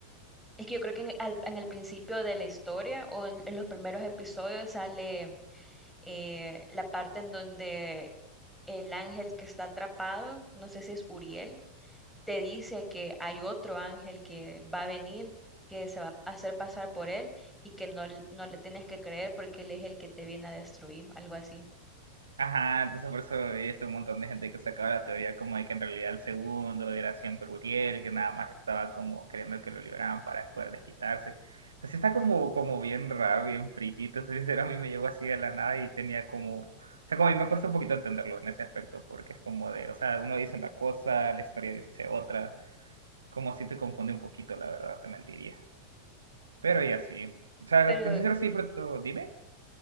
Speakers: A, in the centre; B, on the right.
A: Es que yo creo que en, al- en el principio de la historia o en, en los primeros episodios sale. eh, la parte en donde el ángel que está atrapado, no sé si es Uriel, te dice que hay otro ángel que va a venir, que se va a hacer pasar por él y que no, l- no le tienes que creer porque él es el que te viene a destruir, algo así.
B: Ajá, entonces por eso veías un montón de gente que sacaba la teoría como de que en realidad el segundo era siempre Uriel, que nada más estaba como queriendo que lo liberaran para poder desquitarse. O sea, sí está como, como bien raro, bien friki, te soy sincero, a mí me llegó así de la nada y tenía como... O sea, como a mí me cuesta un poquito entenderlo en ese aspecto, porque es como de, o sea, uno dice una cosa, la historia dice otra, como si te confunde un poquito, la verdad, te mentiría. Pero y así. O sea,
A: Pero
B: te soy sincero, sí, pero tú dime,